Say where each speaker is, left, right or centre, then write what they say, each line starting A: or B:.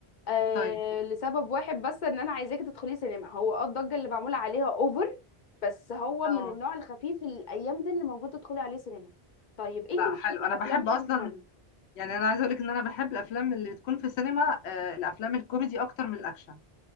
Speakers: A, on the left; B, on the left.
A: آه
B: طيب اوكي
A: لسبب واحد بس ان انا عايزاكي تدخلي سينما هو اه الضجه اللي معموله عليها اوفر بس هو
B: اه
A: من النوع الخفيف الايام دي اللي موجود تدخلي عليه سينما طيب انت
B: لا
A: بتحبي
B: حلو انا
A: افلام
B: بحب
A: ايه
B: اصلا
A: عموما
B: يعني انا عايزه اقولك ان انا بحب الافلام اللي تكون في السينما آه، الافلام الكوميدي اكتر من الاكشن